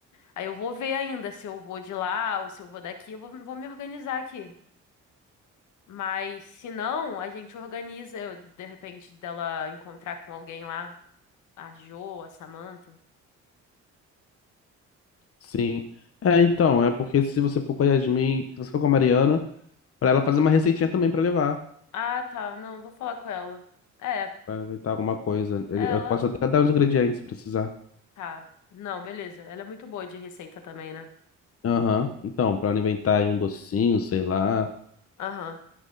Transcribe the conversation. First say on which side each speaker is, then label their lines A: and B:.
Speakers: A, on the left; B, on the left.
A: Aí eu vou ver ainda se eu vou de lá ou se eu vou daqui, eu vou, vou me organizar aqui. Mas se não, a gente organiza, eu, de repente, dela encontrar com alguém lá, a Jo, a Samantha.
B: sim. É, então, é porque se você for com a Yasmin, se você for com a Mariana, pra ela fazer uma receitinha também pra levar.
A: Ah, tá, não, vou falar com ela. É,
B: Pra inventar alguma coisa. Eu
A: ela,
B: eu posso até dar os ingredientes se precisar.
A: tá. Não, beleza, ela é muito boa de receita também, né?
B: Aham. Então, pra ela inventar aí um docinho, sei lá,
A: Aham.